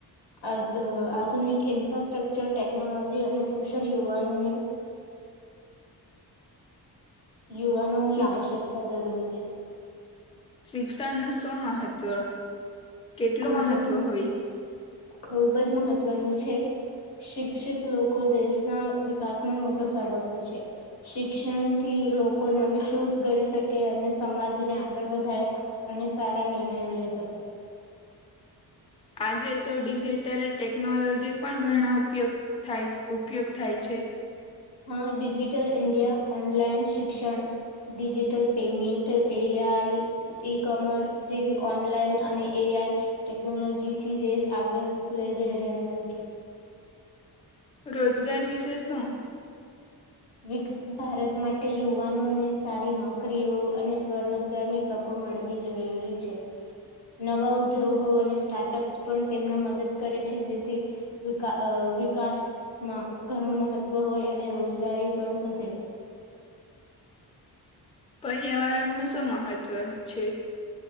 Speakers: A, on the left (about 75°); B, on the left (about 15°).
A: આધુનિક ઇન્ફ્રાસ્ટ્રક્ચર ટેકનોલોજી અને કુશળ યુવાનોની યુવાનો ની
B: શિક્ષ-
A: આવશ્યકતા જરૂરી છે <inaudible>
B: શિક્ષણનું શું મહત્વ કેટલું
A: ખૂબ
B: મહત્વ
A: જ
B: હોય.
A: ખૂબ જ મહત્વનું છે શિક્ષિત લોકો દેશના વિકાસમાં મોટો ફાળો આપે છે શિક્ષણથી લોકો નવી શોધ કરી શકે અને સમાજને આગળ વધારે અને સારા નિર્ણયો લઈ શકે
B: આજે તો ડિજિટલ ટેકનોલોજી પણ ઘણા ઉપયોગ થાય ઉપયોગ થાય છે.
A: માં ડિજિટલ ઈન્ડિયા ઓનલાઈન શિક્ષણ digital payment A I e commerce જેવી ઓનલાઈન અને એ આઈ ટેકનોલોજીથી દેશ આગળ લઈ જઈ રહ્યા છે.
B: રોજગાર વિશે શું
A: વિકસિત ભારત માટે યુવાનોને સારી નોકરીઓ અને સ્વરોજગારની તકો મળવી જરૂરી છે નવા ઉદ્યોગો અને સ્ટાર્ટઅપ્સ પણ તેમના મદદ કરે છે જેથી વિકા અ વિકાસમાં ઘણું મહત્વ હોય અને રોજ ગારી પણ વધે
B: પર્યાવરણનું શું મહત્ત્વ છે.